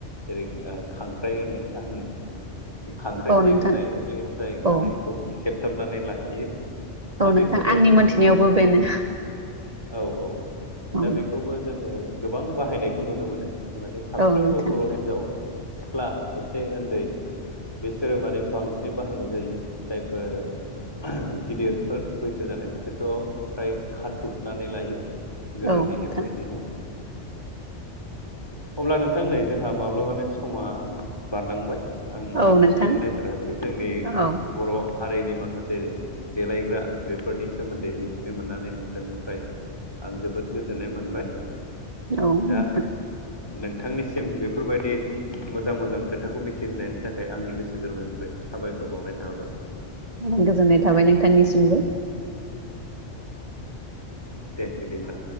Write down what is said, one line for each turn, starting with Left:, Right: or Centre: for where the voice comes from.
Left: जेरै खांख्राइ होनो आं खांख्राइ होननाय
Right: औ नोंथां
Left: खोनायो बे जाय
Right: औ
Left: खानायखौ खेबथाबनानै लाखियो दा
Right: औ
Left: बेखौबो
Right: नोंथां आंनि
Left: जों
Right: मोनथिनायावबो
Left: माने
Right: बेनो
Left: औ औ
Right: औ
Left: दा बेखौबो जोङो गोबां बाहायनायखौ नुनो मोनो माने साफ्रोमबो
Right: औ नोंथां
Left: बर' हिनजाव सिख्ला एसे उन्दै बिसोरो माने बांसिनै बाहायनाय जायो जायफोर गिदिरफोर बैसो जानाय बिसोरथ' फ्राय खाथुबनानै लायो गोदोनि
Right: औ नोंथां
Left: नेम बायदिनो अब्ला नोंथां नै जोंहा माब्लाबानो समा बारलांबाय। आं
Right: औ
Left: आन्दाजखौ
Right: नोंथां
Left: मोनलायथारासै जोंनि
Right: औ
Left: बर' हारिनि माखासे देलायग्रा बेफोरनि सोमोन्दै मिथिनो मोननानै नोंथांनिफ्राय आं जोबोद गोजोननाय मोनबाय
Right: औ नोंथां
Left: दा नोंथांनिसिम बेफोरबायदि मोजां मोजां खोथाखौ मिथिहोनायनि थाखाय आंनि गोसो गोरबोनिफ्राय साबायखर बावनाय थाबाय
Right: गोजोननाय थाबाय नोंथांनिसिमबो
Left: दे बिदिब्ला